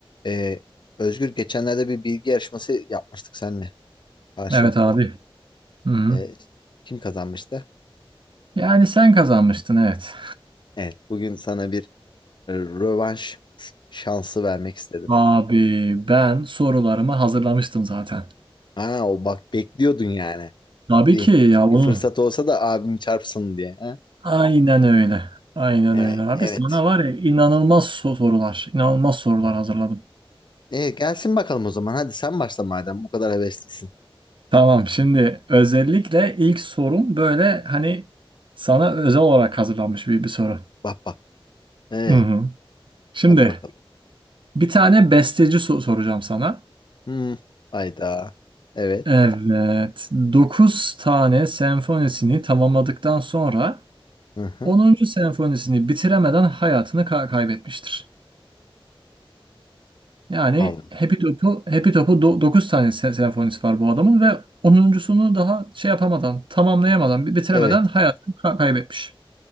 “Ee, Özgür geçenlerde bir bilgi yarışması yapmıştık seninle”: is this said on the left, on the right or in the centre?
Left